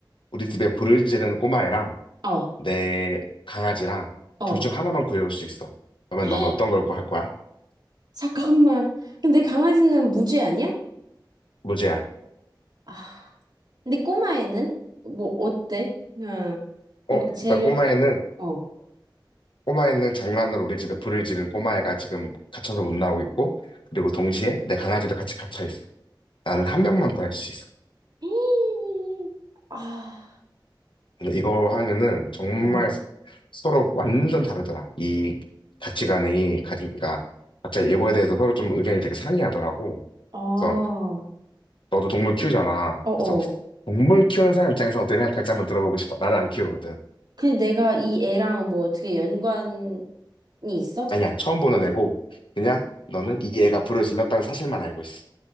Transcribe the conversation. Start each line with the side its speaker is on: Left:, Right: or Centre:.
Left: 우리 집에 불을 지르는 꼬마애랑
Right: 어,
Left: 내 강아지랑
Right: 어.
Left: 둘 중 하나만 구해올 수 있어. 그러면
Right: <gasps>
Left: 넌 어떤 걸 구할 거야?
Right: 잠깐만. 근데 강아지는 무죄 아니야?
Left: 무제야.
Right: 아, 근데 꼬마애는? 뭐, 어때? 응, 뭔가
Left: 어,
Right: 쟤를,
Left: 그러니까 꼬마애는
Right: 어.
Left: 꼬마애는 장난으로 우리 집에 불을 지른 꼬마애가 지금 갇혀서 못 나오고 있고, 그리고 동시에 내 강아지도 같이 갇혀 있어. 나는 한 명만 구할 수 있어.
Right: <gasps> 아,
Left: 근데 이거 하면은 정말
Right: 어,
Left: 서로 완전 다르더라. 이 가치관이, 가- 그러니까 각자 이거에 대해서 서로 좀 의견이 되게 상이하더라고.
Right: 어, 어,
Left: 그래서 너도 동물 키우잖아.
Right: 어.
Left: 그래서 동물 키우는 사람 입장에서 어떻게 생각할지 한번 들어보고 싶어. 나는 안 키우거든.
Right: 근데 내가 이 애랑 뭐 어떻게 연관이 있어?
Left: 아니야, 처음 보는 애고, 그냥 너는 이 애가 불을 질렀다는 사실만 알고 있어.